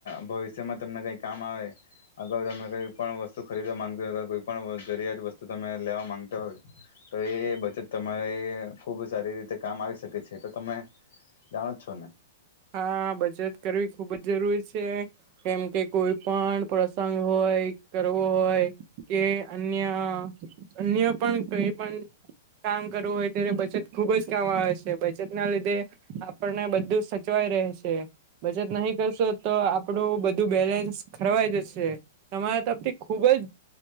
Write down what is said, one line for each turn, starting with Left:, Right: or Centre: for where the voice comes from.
Left: ભવિષ્યમાં તમને કંઈ કામ આવે અગાઉ તમે કંઈ કો પણ વસ્તુ ખરીદવા માંગતી હોય કે કોઈ પણ જરિયાત વસ્તુ તમે લેવા માંગતો હોય તો એ બચત તમારે ખુબ સારી રીતે કામ આવી શકે છે એ તો તમે જાણો જ છો ને.
Right: હા બચત કરવી ખૂબ જ જરૂરી છે કેમ કે કોઈ પણ પ્રસંગ હોય કરવો હોય કે અન્ય અન્ય પણ કઈ પણ કામ કરવું હોય ત્યારે બચત ખુબ જ કામ આવે છે બચત ના લીધે આપણને બધું સ ચવાઈ રેસે બચત નહી કરશો તો આપણું બધું બેલેન્સ ખરવાય જશે તમારા તરફ થી ખુબ જ